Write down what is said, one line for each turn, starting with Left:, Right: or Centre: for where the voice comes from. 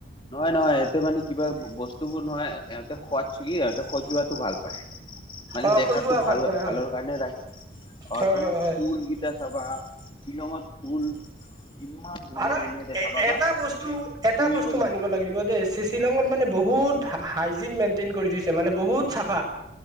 Left: নহয় নহয় ইিহঁতে মানে কিবা বস্তুবোৰ নহয় ইহঁতে সোৱাত ছিগি ইহঁতে সজোৱাতটো ভাল পায় মানে
Right: অ
Left: দেখাতটো
Right: খজুৱা
Left: ভাল
Right: পায়
Left: ভালৰ
Right: হয়।
Left: কাৰণে ৰাখি অ
Right: হয়
Left: তোমাৰ
Right: হয় হয়
Left: ফুলকেইটা চাবা‌ হা শিলঙত ফুল ইমান ধুনীয়া
Right: আৰু
Left: ধুনীয়া দেখা
Right: এ
Left: পাবা
Right: এটা বস্তু এটা
Left: ছিঙিব
Right: বস্তু
Left: নি
Right: মানিব লাগিব দে শি শ্বিলঙত মানে বহুত হাইজিন মেইনটেইন কৰি থৈছে মানে বহুত চাফা